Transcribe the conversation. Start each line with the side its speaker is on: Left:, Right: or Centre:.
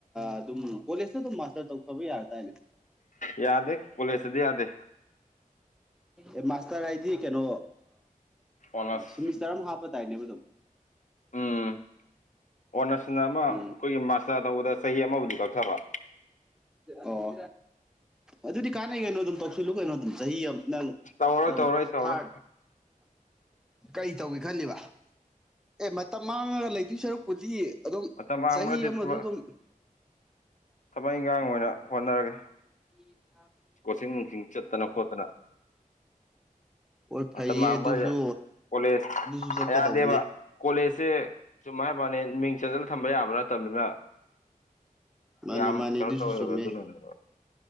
Centre: ꯑꯗꯨꯝ ꯀꯣꯂꯦꯖꯇ ꯑꯗꯨꯝ ꯃꯥꯁꯇꯔ ꯇꯧꯊꯕ ꯌꯥꯔ ꯇꯔꯅꯦ
Left: ꯌꯘꯦ ꯀꯣꯂꯦꯁ ꯇꯗꯤ ꯌꯗꯦ
Centre: ꯑꯦ ꯃꯥꯁꯇꯔ ꯍꯥꯏꯗꯤ ꯀꯩꯅꯣ
Left: ꯑꯣꯅꯔꯁ
Centre: ꯁꯤꯦꯃꯤꯁꯇꯔ ꯑꯃ ꯍꯥꯞꯄ ꯇꯥꯏꯅꯦꯕ ꯑꯗꯨꯝ
Left: ꯎꯝ ꯑꯣꯅꯔꯁꯅ ꯑꯃ
Centre: ꯎꯝ
Left: ꯑꯩꯈꯣꯏꯒꯤ ꯃꯥꯁꯇꯔ ꯇꯧꯕꯗ ꯆꯍꯤ ꯑꯃꯕꯨꯗꯤ ꯀꯛꯊꯕ
Centre: ꯑꯣ ꯑꯗꯨꯗꯤ ꯀꯥꯟꯅꯩ ꯀꯩꯅꯣ ꯑꯗꯨꯝ ꯇꯧꯁꯤꯜꯂꯨ ꯀꯩꯅꯣ ꯑꯗꯨꯝ ꯆꯍꯤ ꯑꯃ ꯅꯪ
Left: ꯇꯧꯔꯣꯏ
Centre: ꯑꯗꯨꯝ
Left: ꯇꯧꯔꯣꯏ ꯇꯧꯔꯣꯏ
Centre: ꯍꯥꯔꯠ ꯀꯔꯤ ꯇꯧꯒꯦ ꯈꯜꯂꯤꯕ ꯑꯦ ꯃꯇꯝ ꯃꯥꯡꯉꯒ ꯂꯩꯗꯣꯏ ꯁꯔꯨꯛꯄꯨꯗꯤ ꯑꯗꯨꯝ
Left: ꯃꯇꯝ ꯃꯥꯡꯕ
Centre: ꯆꯍꯤ
Left: ꯅꯠꯇꯦ
Centre: ꯑꯃꯗ
Left: ꯊꯕꯛ
Centre: ꯑꯗꯨꯝ
Left: ꯊꯕꯛ ꯏꯟꯈꯥꯡ ꯑꯣꯏꯅ ꯍꯣꯠꯅꯔꯒꯦ
Centre: ꯎ
Left: ꯀꯣꯆꯤꯡ ꯅꯨꯡꯁꯤꯡ ꯆꯠꯇꯅ ꯈꯣꯠꯇꯅ
Centre: ꯍꯣꯏ ꯐꯩꯌꯦ
Left: ꯃꯇꯝ ꯃꯥꯡꯕ
Centre: ꯑꯗꯨꯁꯨ
Left: ꯍꯥꯏꯁꯦ ꯀꯣꯂꯦꯖ
Centre: ꯑꯗꯨꯁꯨ ꯆꯠꯀꯗꯧꯕꯅꯦ
Left: ꯑꯌꯥꯗꯦꯕ ꯀꯣꯂꯦꯖꯁꯦ ꯁꯨꯝ ꯍꯥꯏ ꯃꯥꯅꯦ ꯃꯤꯡ ꯆꯟꯁꯤꯂ ꯊꯝꯕ ꯌꯥꯕ ꯅꯠꯇꯕꯅꯤꯅ
Centre: ꯃꯥꯅꯤ
Left: ꯌꯥꯝ
Centre: ꯃꯥꯅꯤꯗꯨꯁꯨ
Left: ꯀꯩꯅꯣ ꯇꯧꯋꯦꯕ
Centre: ꯆꯃꯦ
Left: ꯑꯗꯨꯅꯅꯦꯕ